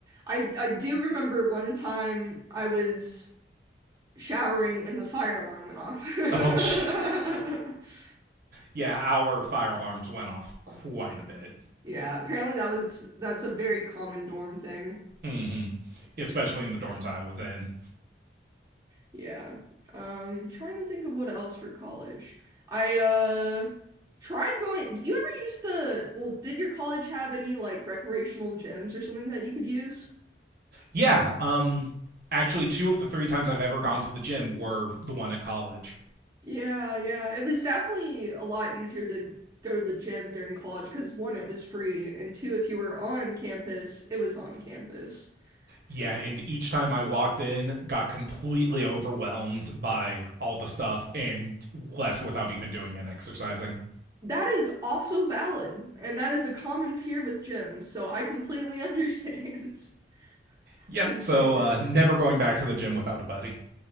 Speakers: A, on the right; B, on the right.
A: I I do remember one time I was showering and the fire alarm went off.
B: Oh, jeez.
A: <laughs>
B: Yeah, our fire alarms went off quite a bit.
A: Yeah, apparently that was that's a very common dorm thing.
B: hmm Especially in the dorms I was in.
A: Yeah. Um, trying to think of what else for college. I uh tried going. Did you ever use the, well, did your college have any like recreational gyms or something that you could use?
B: Yeah. Um. Actually, two of the three times I've ever gone to the gym were the one at college.
A: Yeah, yeah. It was definitely a lot easier to go to the gym during college because one, it was free, and two, if you were on campus, it was on campus. So
B: Yeah, and each time I walked in, got completely overwhelmed by all the stuff and left without even doing an exercising.
A: that is also valid, and that is a common fear with gyms, so I completely <laughs> understand. I
B: Yep.
A: Completely
B: So uh,
A: understand.
B: never going back to the gym without a buddy.